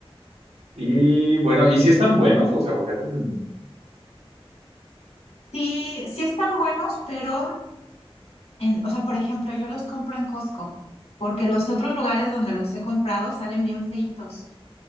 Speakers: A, on the right; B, on the left.
A: y bueno, ¿y si están buenos los aguacates en...
B: Sí, sí están buenos, pero, en- o sea, por ejemplo, yo los compro en Costco, porque los otros lugares donde los he comprado salen bien feitos,